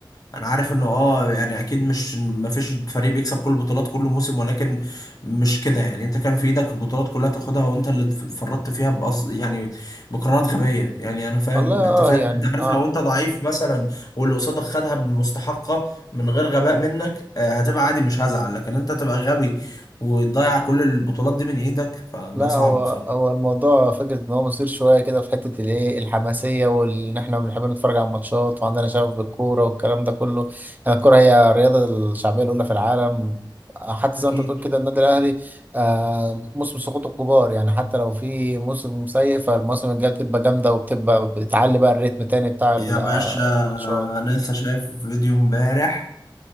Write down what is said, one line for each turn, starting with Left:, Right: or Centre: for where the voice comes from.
Left: انا عارف انه اه يعني اكيد مش ما فيش فريق بيكسب كل البطولات كل موسم ولكن مش كده يعني انت كان في ايدك البطولات كلها تاخدها وانت اللي اتفرطت فيها بقصد يعني بقرارات غبيه يعني انا فاهم
Right: والله
Left: انت فاهم
Right: آه يعني
Left: انت عارف
Right: آه
Left: لو انت ضعيف مثلا واللي قصادك خدها بمستحقه من غير غباء منك آه، هتبقى عادي مش هزعل لكن انت تبقى غبي وتضيع كل البطولات دي من ايدك فده
Right: لا
Left: صعب
Right: هو
Left: بصراحه
Right: هو الموضوع فكرة إن هو مثير شوية كده في حتة الإيه الحماسية وإن إحنا بنحب نتفرج على الماتشات وعندنا شغف بالكورة والكلام ده كله، يعني الكورة هي الرياضة الشعبية الأولى في العالم، حتى زي
Left: أكيد
Right: ما أنت بتقول كده النادي الأهلي آه موسم سقوط الكبار يعني حتى لو في موسم سيء فالموسم الجاي بتبقى جامدة وبتبقى بتعلي بقى الريتم تاني بتاع ال-
Left: يا
Right: آه،
Left: باشا
Right: الماتشات،
Left: انا لسه شايف فيديو امبارح